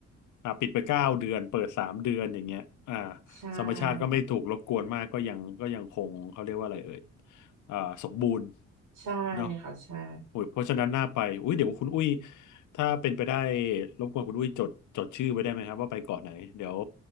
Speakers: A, on the left (about 75°); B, on the right (about 75°).
A: อ่าปิดไปเก้าเดือนเปิดสามเดือนอย่างเงี้ยอ่า
B: ใช่
A: ธรรมชาติก็ไม่ถูกรบกวนมากก็ยังก็ยังคงเขาเรียกว่าอะไรเอ่ยอ่าสมบูรณ์
B: ใช่ค่ะใช่
A: เนาะโอ้ยเพราะฉะนั้นน่าไปอุ้ยเดี๋ยวคุณอุ้ยถ้าเป็นไปได้รบกวนคุณอุ้ยจดจดชื่อไว้ได้ไหมครับว่าไปเกาะไหนเดี๋ยว